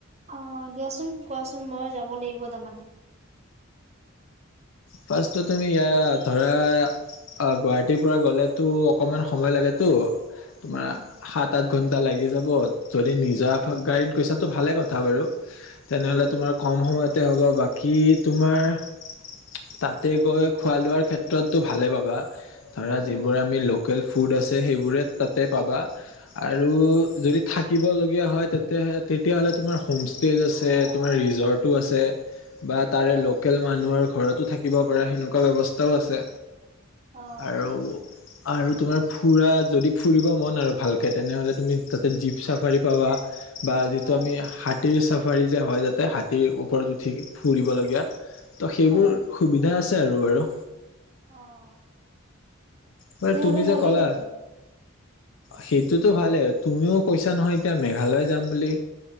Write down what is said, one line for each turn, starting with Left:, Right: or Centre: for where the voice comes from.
Right: অ দেচোন কোৱাচোন মই যাব লাগিব তাৰমানে
Left: ফাৰ্ষ্টটো তুমি ইয়াৰ ধৰা গুৱাহাটীৰ পৰা গ'লেতো অকনমান সময় লাগেতো তোমাৰ
Right: উম
Left: সাত আঠ ঘণ্টা কিবা লাগি যাব যদি নিজা গাড়ীত গৈছা তো ভালে কথা বাৰু তেনেহলে
Right: উম
Left: তোমাৰ কম সময়তে হ'ব বাকী তোমাৰ তাতে গৈ খোৱা লোৱাৰ ক্ষেত্ৰতটো ভালে পাবা ধৰা যিবোৰ
Right: উম
Left: আমি লোক লোকেল ফুড আছে সেইবোৰে তাতে পাবা আৰু যদি থাকিবলগীয়া হয় তে তেতিয়াহ'লে তোমাৰ হোম ষ্টেজ আছে তোমাৰ ৰিজৰ্টো আছে বা তাৰে
Right: অ
Left: লোকেল মানুহৰ ঘৰত তো থাকিব পৰা সেনেকোৱা ব্যৱস্থাও আছে
Right: অ
Left: আৰু আৰু তোমাৰ ফুৰা যদি ফুৰিব মন আৰু ভালকে তেনেহ'লে তুমি তাতে জীপ চাফাৰী পাবা বা যিটো
Right: অ
Left: আমি হা হাতীৰ চাফাৰী যে হয় যাতে হাতীৰ ওপৰত উঠি ফুৰিবলগীয়া তো সেইবোৰ
Right: অ
Left: সুবিধা আছে আৰু বাৰু
Right: অঁহ তেতিয়াহ'লে
Left: বাৰু তুমি যে
Right: ভালেই
Left: ক'লা
Right: দেখোন
Left: সেইটোতো ভালেই তুমিও কৈছা নহয় এতিয়া মেঘালয় যাম বুলি